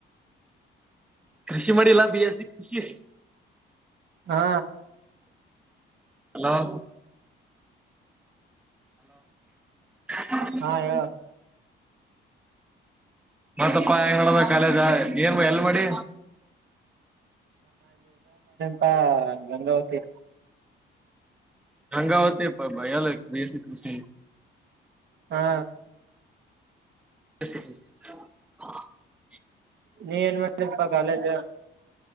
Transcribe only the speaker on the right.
ಹಾ
ಹಾ
ಹೇಳ
ಹಾ ಗಂಗಾವತಿ
ಹಾ
ನೀ ಎಏನ್ ಮಾಡಂದ ಪ ಕಾಲೇಜ